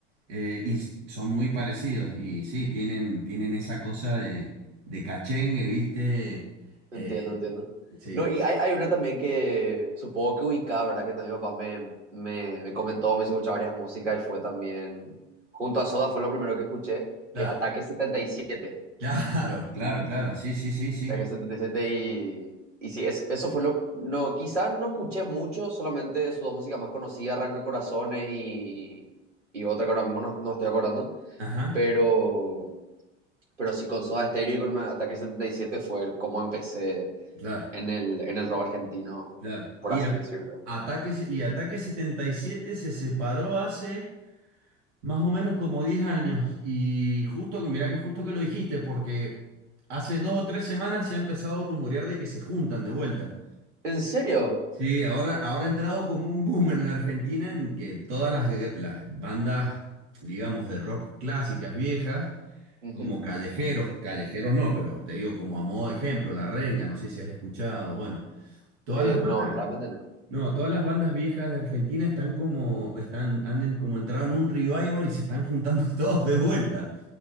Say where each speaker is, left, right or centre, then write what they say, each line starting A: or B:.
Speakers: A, on the right; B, on the right.
A: Eh, y s- son muy parecidos, y sí, tienen, tienen esa cosa de, de cachengue, ¿viste?
B: Entiendo,
A: Eh,
B: entiendo.
A: sí,
B: No, y hay, hay una también que supongo que ubicaba, ¿verdad? Que también mi papá me, me, me comentó, me hizo escuchar varias músicas y fue también, junto a Soda fue lo primero que escuché,
A: claro,
B: que es Ataque setenta y siete
A: claro, claro, claro, sí, sí, sí, sí.
B: Ataque setenta y, siete y y sí, es- eso fue lo, no, quizás no escuché mucho, solamente su dos músicas más conocidas, Arranca Corazones y, y otra que ahora mismo no, no estoy acordando,
A: Ajá,
B: pero, pero sí con Soda Stereo y con Ataque setenta y siete fue como empecé
A: claro,
B: en el, en el rock argentino,
A: claro.
B: por
A: Y
B: así
A: a-
B: decirte.
A: Ataque, se- y Ataque 77 se separó hace más o menos como 10 años, y justo que, mirá que justo que lo dijiste, porque hace dos o tres semanas se ha empezado a rumorear de que se juntan de vuelta.
B: ¿En serio?
A: Sí, ahora, ahora ha entrado como un boom en la Argentina en que todas las, las bandas, digamos, de rock clásicas viejas,
B: Ujú.
A: como callejeros, callejeros no, pero te digo como a modo de ejemplo, La Renga, no sé si has escuchado, bueno, todas
B: Eh,
A: las bandas,
B: no, realmente no.
A: no, todas las bandas viejas de Argentina están como, están, han en- como entrado en un revival y se están juntando <laughs> todos de vuelta.